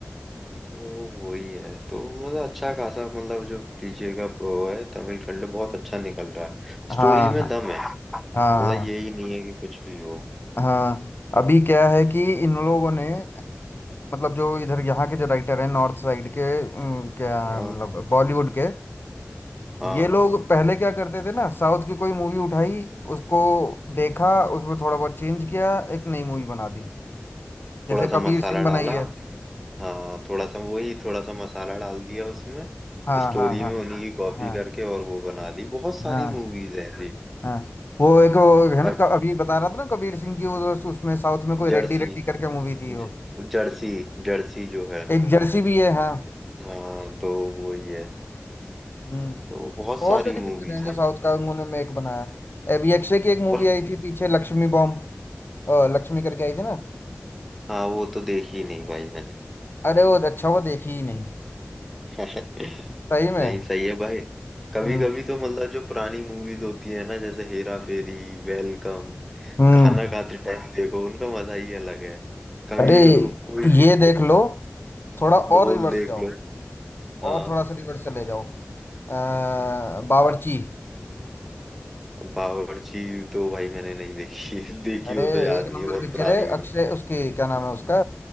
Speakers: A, in the centre; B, on the left.
A: तो वही है तो मतलब अच्छा खासा मतलब जो डीजे का वो है तमिल कंटेंट बहुत अच्छा निकल रहा है
B: हाँ
A: स्टोरी में दम है मतलब
B: हाँ
A: यही नहीं है कि कुछ भी हो
B: हाँ अभी क्या है कि इन लोगों ने मतलब जो इधर यहाँ के जो राइटर हैं नॉर्थ साइड के उम, क्या
A: हाँ
B: मतलब बॉलीवुड के
A: हाँ
B: ये लोग पहले क्या करते थे ना साउथ की कोई मूवी उठाई उसको देखा उसमें थोड़ा बहुत चेंज किया एक नई मूवी बना दी जैसे
A: थोड़ा सा
B: कबीर
A: मसाला
B: सिंह बनाई
A: डाला
B: है
A: हाँ थोड़ा सा वही थोड़ा सा मसाला डाल दिया उसमें
B: हाँ
A: स्टोरी
B: हाँ हाँ
A: में उन्हीं की कॉपी
B: हाँ
A: करके और वो बना दी बहुत सारी
B: हाँ
A: मूवीज है जी
B: हाँ वो एक वो है ना
A: अब
B: क- अभी बता रहा था ना कबीर सिंह की वो तो उस- उसमें साउथ में कोई
A: जर्सी
B: रेड्डी रेड्डी करके मूवी थी वो
A: ज- जर्सी जर्सी जो है
B: एक जर्सी भी है हाँ
A: हाँ तो वही है
B: हम्म
A: तो बहुत
B: बहुत
A: सारी
B: सारी पिक्चर
A: मूवीज
B: हैं जो
A: हैं
B: साउथ का उन्होंने मेक बनाया है अभी अक्षय की एक मूवी
A: पर
B: आई थी पीछे लक्ष्मी बॉम्ब अ, लक्ष्मी करके आई थी ना
A: हाँ वो तो देखी नहीं भाई मैंने
B: अरे वो अच्छा हुआ देखी ही नहीं
A: <laughs>
B: सही में
A: नहीं सही है भाई कभी
B: हम्म
A: कभी तो मतलब जो पुरानी मूवीज होती है ना जैसे हेरा फेरी वेलकम
B: हम्म
A: खाना खाते टाइम देखो उनका मजा ही अलग है कभी
B: अरे
A: कोई भी
B: ये देख लो थोड़ा
A: ढोल
B: और रिवर्स
A: देख
B: जाओ
A: लो
B: और
A: हाँ
B: थोड़ा सा रिवर्स चले जाओ अ,
A: हाँ।
B: बावर्ची
A: बावर्ची तो भाई मैंने नहीं देखी <laughs> देखी
B: अरे
A: हो तो याद
B: एक
A: नहीं
B: नंबर
A: है बहुत
B: पिक्चर
A: पुरानी
B: है
A: हो
B: अक्षय उसकी क्या नाम है उसका